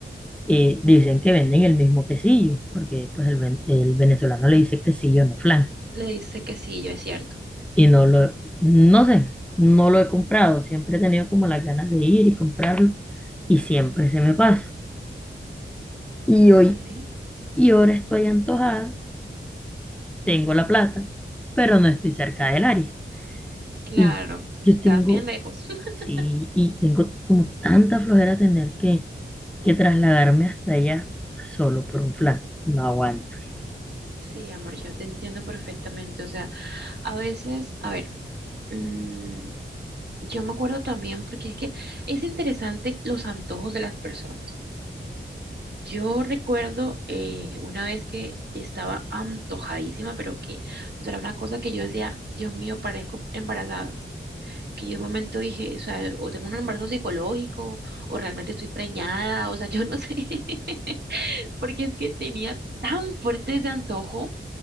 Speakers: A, in the centre; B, on the right.
A: eh, dicen que venden el mismo quesillo, porque pues el, ven- el venezolano le dice quesillo, no flan.
B: Le dice que sí, yo es cierto.
A: Y no lo, no sé, no lo he comprado, siempre he tenido como las ganas de ir y comprarlo y siempre se me pasa. Y
B: Vale.
A: hoy, y ahora estoy antojada, tengo la plata, pero no estoy cerca del área.
B: Claro,
A: Y yo
B: estás
A: tengo,
B: bien lejos. <laughs>
A: sí, y tengo como tanta flojera tener que, que trasladarme hasta allá solo por un flan. No aguanto.
B: Sí, amor, yo te entiendo perfectamente. O sea, a veces, a ver. mm, Yo me acuerdo también, porque es que es interesante los antojos de las personas. Yo recuerdo eh, una vez que estaba antojadísima, pero que, o sea, era una cosa que yo decía, Dios mío, parezco embarazada. Que yo en un momento dije, o sea, o tengo un embarazo psicológico, o realmente estoy preñada, o sea, yo no sé, <laughs> porque es que tenía tan fuerte ese antojo.